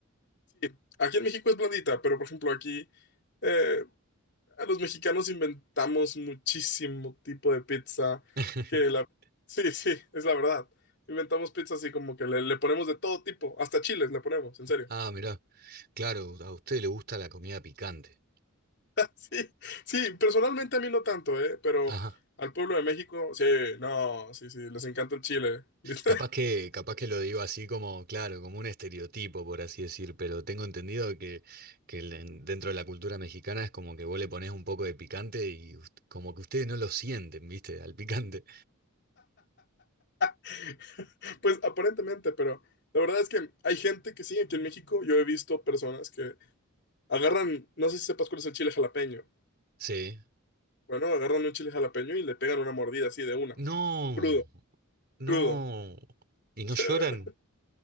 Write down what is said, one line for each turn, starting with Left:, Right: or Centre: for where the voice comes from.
Left: sí. Aquí en México es blandita, pero por ejemplo aquí eh, a los mexicanos inventamos muchísimo tipo de pizza
Right: <laughs>
Left: que la... Sí, sí, es la verdad. Inventamos pizza así como que le, le ponemos de todo tipo, hasta chiles le ponemos, en serio.
Right: Ah, mirá. Claro, a usted le gusta la comida picante.
Left: <laughs> Sí, sí, personalmente a mí no tanto, ¿eh? Pero
Right: Ajá.
Left: al pueblo de México, sí, no, sí, sí, les encanta el chile. <laughs>
Right: Capaz que, capaz que lo digo así como, claro, como un estereotipo, por así decir, pero tengo entendido que, que el- en- dentro de la cultura mexicana es como que vos le ponés un poco de picante y ust- como que ustedes no lo sienten, ¿viste? Al picante.
Left: <laughs> Pues aparentemente, pero la verdad es que hay gente que sí, aquí en México yo he visto personas que agarran, no sé si sepas cuál es el chile jalapeño.
Right: Sí.
Left: Bueno, agarran un chile jalapeño y le pegan una mordida así de una,
Right: No,
Left: crudo,
Right: no.
Left: crudo.
Right: ¿Y no
Left: <laughs>
Right: lloran?